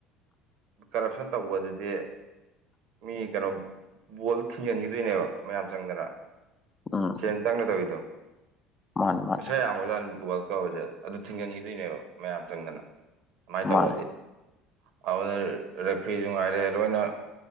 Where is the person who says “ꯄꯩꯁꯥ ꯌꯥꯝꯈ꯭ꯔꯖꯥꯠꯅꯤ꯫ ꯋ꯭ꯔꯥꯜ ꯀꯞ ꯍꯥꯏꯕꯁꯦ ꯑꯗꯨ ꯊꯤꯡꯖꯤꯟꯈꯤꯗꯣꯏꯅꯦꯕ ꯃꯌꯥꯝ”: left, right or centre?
Right